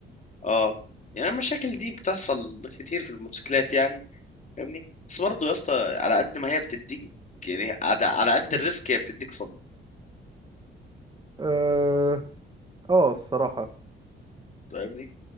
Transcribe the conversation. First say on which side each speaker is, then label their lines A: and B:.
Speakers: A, on the left; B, on the right.
A: اه يعني المشاكل دي بتحصل كتير في الموتوسيكلات يعني فاهمني بس برضه يا اسطى على قد ما هي بتديك يعني على على قد الريسك هي بتديك فن
B: اه اه الصراحة
A: فاهمني